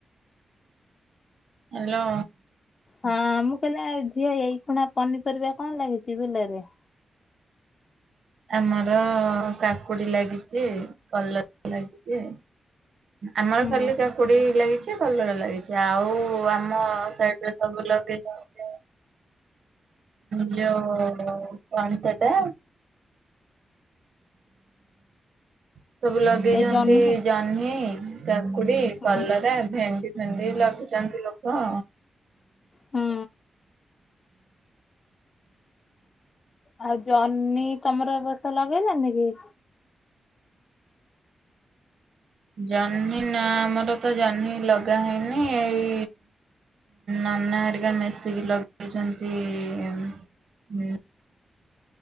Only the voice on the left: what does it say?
ହଁ ମୁଁ କହିଲି ଝିଅ ଏଇ ଖୁଣା ପନିପରିବା କଣ ଲାଗିଚି <unintelligible>
ହୁଁ
ଏଇ ଜହ୍ନି
ହୁଁ
ହୁଁ ଆଉ ଜହ୍ନି ତମର ଏବର୍ଷ ଲଗେଇନାହାନ୍ତି କି?